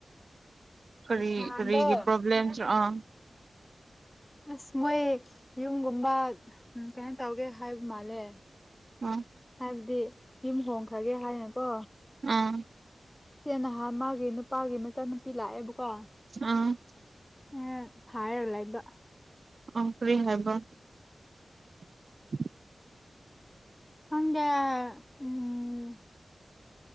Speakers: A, on the right; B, on the left.
A: ꯀꯔꯤ
B: ꯅꯍꯥꯟꯗꯣ
A: ꯀꯔꯤꯒꯤ ꯄ꯭ꯔꯣꯕ꯭ꯂꯦꯝꯁ ꯑꯥ
B: ꯑꯁ ꯃꯣꯏ ꯌꯨꯝꯒꯨꯝꯕ ꯀꯩꯅ ꯇꯧꯒꯦ ꯍꯥꯏꯕ ꯃꯥꯜꯂꯦ
A: ꯎꯝ
B: ꯑꯗꯨꯗꯤ ꯌꯨꯝ ꯍꯣꯡꯈ꯭ꯔꯒꯦ ꯍꯥꯏꯅꯀꯣ
A: ꯑꯥ
B: ꯁꯤꯦ ꯅꯍꯥꯟ ꯃꯥꯒꯤ ꯅꯨꯄꯥꯒꯤ ꯃꯆꯥꯅꯨꯄꯤ ꯂꯥꯛꯑꯦꯕꯀꯣ
A: ꯑꯥ
B: ꯎꯝ ꯍꯥꯏꯔꯂꯥꯏꯗꯣ
A: ꯑꯣ ꯐꯔꯤ ꯍꯥꯏ ꯋꯥ <inaudible>
B: ꯑꯗ ꯎꯝ